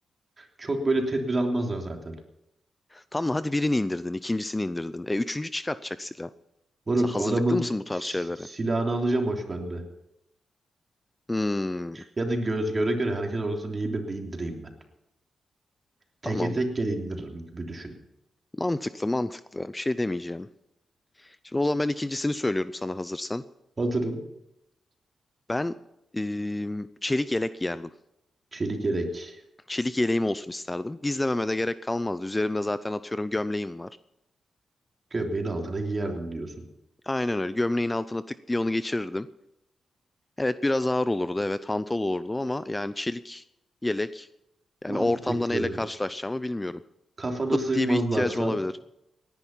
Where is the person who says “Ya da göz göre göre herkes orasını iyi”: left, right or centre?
Right